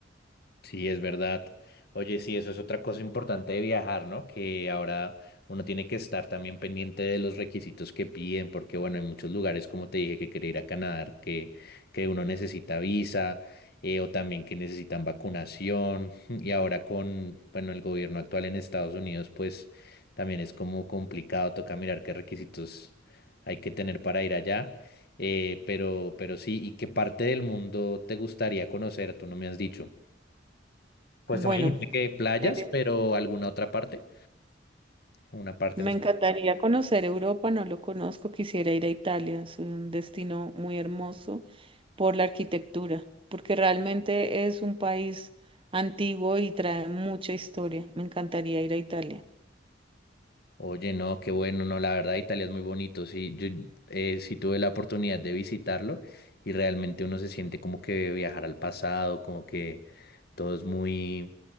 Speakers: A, on the left; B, on the right.
A: Sí, es verdad. Oye, sí, eso es otra cosa importante de viajar, ¿no? Que ahora uno tiene que estar también pendiente de los requisitos que piden, porque bueno, hay muchos lugares, como te dije, que quiere ir a Canadá, que, que uno necesita visa, eh, o también que necesitan vacunación. <laughs> Y ahora con, bueno, el gobierno actual en Estados Unidos, pues también es como complicado, toca mirar qué requisitos hay que tener para ir allá. Eh, pero, pero sí, ¿y qué parte del mundo te gustaría conocer? Tú no me has dicho. Pues
B: Bueno,
A: tú me dijiste que playas,
B: eh,
A: pero alguna otra parte, una parte
B: Me
A: en
B: encantaría conocer Europa, no lo conozco, quisiera ir a Italia, es un destino muy hermoso por la arquitectura, porque realmente es un país antiguo y trae mucha historia. Me encantaría ir a Italia.
A: Oye, no, qué bueno, no, la verdad Italia es muy bonito, sí, yo eh, sí tuve la oportunidad de visitarlo y realmente uno se siente como que viajar al pasado, como que todo es muy,